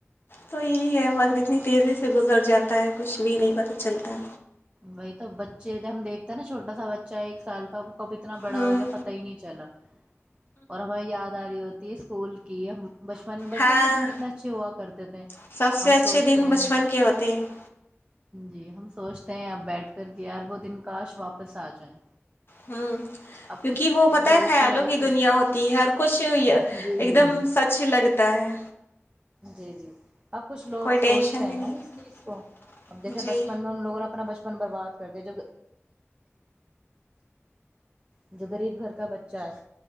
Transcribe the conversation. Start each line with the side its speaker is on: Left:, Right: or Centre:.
Left: تو یہی ہے بقری <unintelligible> اتنی تیزی سے گزر جاتا ہے کچھ بھی نہیں پتہ چلتا
Right: وہی تو بچے جب ہم دیکھتے ہیں نا چھوٹا سا بچہ ہے ایک سال کا ب اتنا بڑا
Left: ہوں
Right: ہو گیا پتا ہی نہیں چلا اور ہمیں یاد آ رہی ہوتی ت اسکول کی بچپن بچپن
Left: ہاں
Right: کے دن کتنے اچھے ہوا کرتے تھے
Left: سب سے
Right: ہم
Left: اچھے
Right: سوچتے
Left: دن
Right: ہیں
Left: بچپن کے ہوتے ہیں
Right: جی ہم تووست ہیں اپ بیٹھ کر کے یار وہ دن کاش واپس آ جائیں
Left: ہ
Right: اب
Left: کیونکہ
Right: کچھ
Left: وہ پت ہے
Right: لوگوں
Left: خیالوں
Right: لائف
Left: کی دنیا ہوتی ہے ہر کچھ
Right: جی
Left: ایک
Right: جی
Left: دم سچ لگتا ہے
Right: جی جی اب کچھ لوگ
Left: کوئی
Right: سوچتے
Left: ٹینشن بھی
Right: ہیں نا
Left: نہیں
Right: اس چیز کو اب جیسے
Left: جی
Right: بچپن میں ان لوگوں نے اپنا بچپن برباد کرتے جو جو گغریب گھر کا بچہ ہے